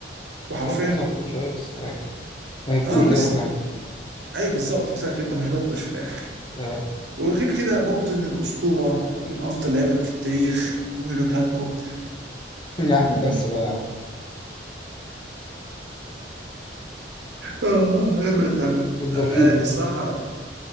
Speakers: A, on the right; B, on the left.
A: وحرفيا
B: مؤخرا بنفس على الهبوط شوية بس تمام يعني. ما يهبطوش
A: اه
B: دي
A: بس
B: أهم حاجة
A: ايوه بالظبط اكزاكتلي انت ما هبطتش في الاخر
B: آه.
A: وغير كده موطن الأسطورة من أفضل لعيبة في التاريخ ولوكاكو
B: <laughs> يا عم بس بقى يا عم
A: آه إيفرتون
B: الدرفيل
A: آه
B: اللي بنقوله
A: الصراحة
B: ده